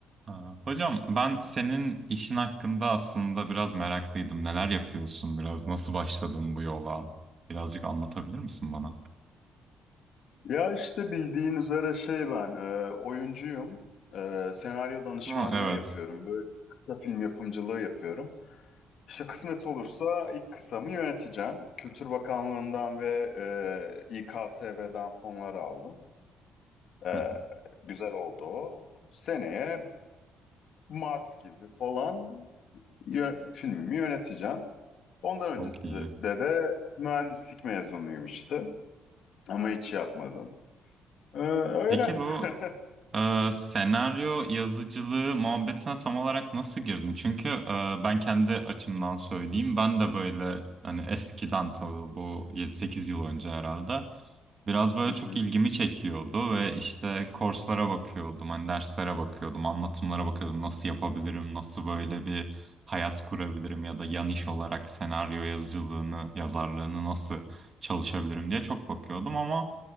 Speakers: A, on the right; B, on the left.
A: Aa, Hocam ben senin işin hakkında aslında biraz meraklıydım. Neler yapıyorsun biraz? Nasıl başladın bu yola? Birazcık anlatabilir misin bana?
B: Ya işte bildiğin üzere şey ben e, oyuncuyum. E, senaryo danışmanlığı
A: Ha, evet.
B: yapıyorum. Böyle kısa film yapımcılığı yapıyorum. İşte kısmet olursa ilk kısamı yöneteceğim. Kültür Bakanlığı'ndan ve e, İKSV'den fonlar aldım. E,
A: Hı,
B: güzel oldu o. Seneye Mart gibi falan yö- filmimi yöneteceğim. Ondan öncesinde
A: Çok iyi.
B: de, de mühendislik mezunuyum işte. Ama hiç yapmadım. E, öyle.
A: Peki bu
B: <laughs>
A: e, senaryo yazıcılığı muhabbetine tam olarak nasıl girdin? Çünkü e, ben kendi açımdan söyleyeyim. Ben de böyle hani eskiden tabii bu 7-8 yıl önce herhalde Biraz böyle
B: Hı
A: çok
B: hı.
A: ilgimi çekiyordu ve işte kurslara bakıyordum, hani derslere bakıyordum, anlatımlara bakıyordum. Nasıl yapabilirim, nasıl böyle bir hayat kurabilirim ya da yan iş olarak senaryo yazıcılığını, yazarlığını nasıl çalışabilirim diye çok bakıyordum ama